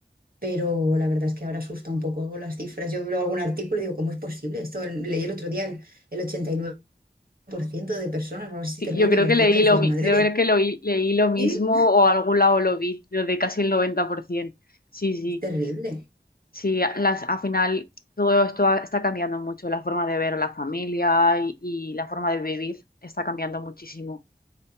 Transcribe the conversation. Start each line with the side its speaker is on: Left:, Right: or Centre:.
Right: pero la verdad es que ahora asusta un poco las cifras. Yo veo algún artículo y digo, ¿cómo es posible? Esto leí el otro día, el, el 89% de personas o algo así,
Left: Sí,
Right: se terminan
Left: yo creo
Right: divorciando
Left: que leí
Right: y dices,
Left: lo, mi-
Right: madre
Left: creo
Right: de
Left: que lo, i- leí lo mismo
Right: Sí,
Left: o a algún lado lo vi, lo de casi el 90%. Sí, sí,
Right: es terrible.
Left: sí, a- las, al final todo esto ha- está cambiando mucho, la forma de ver a la familia y, y la forma de vivir está cambiando muchísimo.